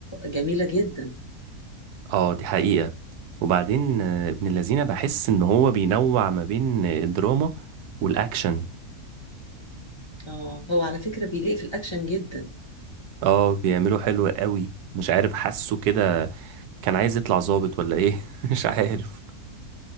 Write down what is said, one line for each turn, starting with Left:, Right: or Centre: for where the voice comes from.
Left: جميلة جدا
Right: اه دي حقيقة وبعدين آه، ابن اللذينة بحس ان هو بينوع ما بين آه، الدراما والاكشن
Left: آه هو على فكرة بيليق في الأكشن جدا
Right: اه بيعمله حلو قوي مش عارف حاسه كده كان عايز يطلع ظابط ولا ايه <laughs> مش عارف